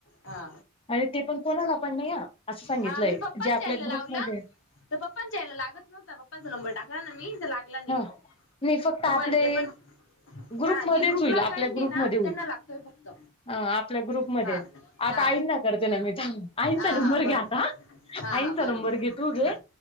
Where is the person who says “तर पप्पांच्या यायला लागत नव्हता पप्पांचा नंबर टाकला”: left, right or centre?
Left